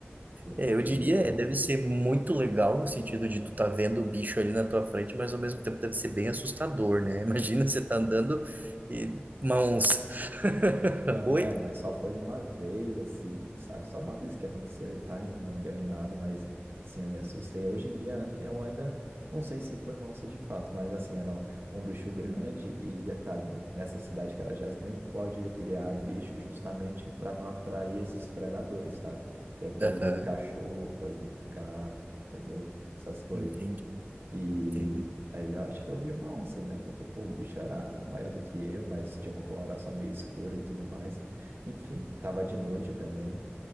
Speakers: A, on the right (about 65°); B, on the right (about 45°).
A: O-
B: É,
A: o
B: eu diria,
A: Uriel.
B: é, deve ser muito legal no sentido de tu tá vendo o bicho ali na tua frente, mas ao mesmo tempo deve ser bem assustador, né? <laughs> Imagina
A: É,
B: você tá andando e uma onça. <laughs>
A: Então,
B: Oi?
A: é, mas só foi uma vez, assim, sabe? Só uma vez que aconteceu e tá, e não deu em nada, mas sim, eu me assustei. Hoje em dia, eu ainda não sei se foi uma onça de fato, mas assim, era um, um bicho grande e detalhe, nessa cidade, Carajás, nem pode criar bicho justamente para não atrair esses predadores, sabe? Então é proibido
B: Aham,
A: cachorro, proibido gato, entendeu? Essas coisas.
B: entendi,
A: E
B: entendo.
A: aí eu acho que eu vi uma onça, né? Porque, pô, o bicho era maior do que eu, mas tinha uma coloração meio escura e tudo mais. Enfim, tava de noite também.